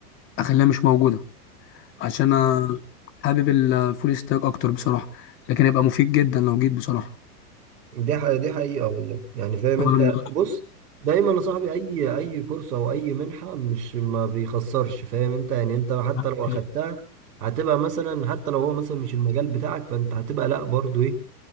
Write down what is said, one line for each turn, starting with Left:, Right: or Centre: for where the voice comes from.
Left: اخليها مش موجوده عشان انا حابب الفول ستاك اكتر بصراحه لكن هيبقى مفيد جدا لو جيت بصراحه
Right: دي ح- دي حقيقة والله يعني فاهم
Left: أنا
Right: انت بص دايما يا صاحبي اي اي كورس او اي منحة مش ما بيخسرش فاهم انت يعني انت حتى
Left: <laughs>
Right: لو اخدتها هتبقى مثلا حتى لو هو مثلا مش المجال بتاعك فانت هتبقى لا برضو ايه